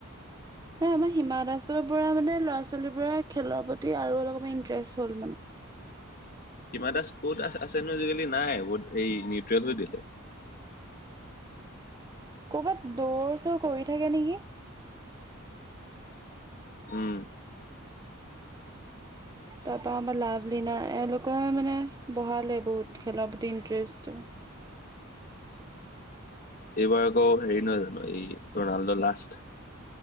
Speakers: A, on the right; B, on the left.
A: উ। আমাৰ হিমা দাসৰ পৰা মানে ল'ৰা ছোৱালী পৰা খেলৰ প্ৰতি আৰু অলপমান ইন্টাৰেষ্ট হ'ল মানে।
B: হিমা দাস ক'ত আছে নো আজিকালি, নাই বত এই নিউট্ৰেল হৈ দিলে।
A: কৰ'বাত দৌৰ চৰ কৰি থাকে নেকি।
B: উম।
A: তাৰ পৰাৰা আমাৰ লাভলীনা এওঁলোকে মানে বঢ়ালে বহুত খেলৰ প্ৰতি ইণ্টাৰেষ্টটো।
B: এইবাৰ আকৌ হেৰি নহয় জানো এই ৰনাল্ডো লাষ্ট